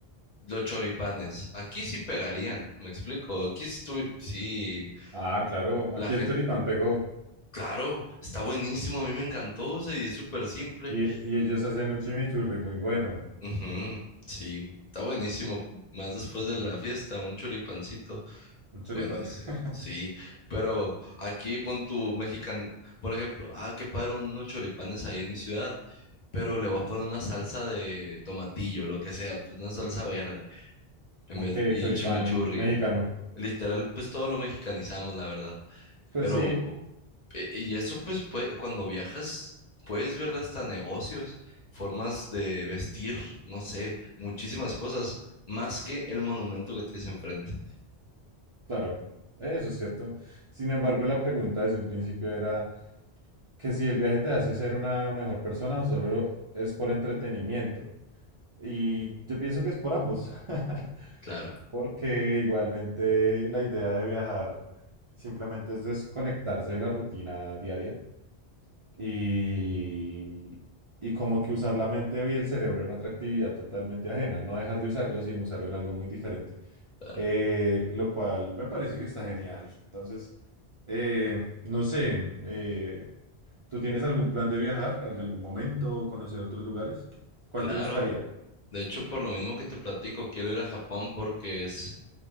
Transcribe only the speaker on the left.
los choripanes, aquí sí pegarían, me explico. Aquí sí, sí,
la
Claro, está buenísimo, a mí me encantó, o sea, y es súper simple.
Ujú, sí, güey, está buenísimo. Más después
de la fiesta, un choripancito,
buenísimo.
Sí, pero aquí pon tu mexicano, por ejemplo, ah, qué padre unos choripanes ahí en mi ciudad, pero le voy a poner una salsa de tomatillo, lo que sea, pues una salsa verde, en
vez y
chimichurri.
Literal, pues todo lo mexicanizamos, la verdad.
Pero
E- Y eso pues pue- cuando viajas puedes ver hasta negocios, formas de vestir, no sé, muchísimas cosas, más que el monumento que tienes enfrente.
Claro,
claro,
claro.
De hecho, por lo mismo que te platico, quiero ir a Japón porque es,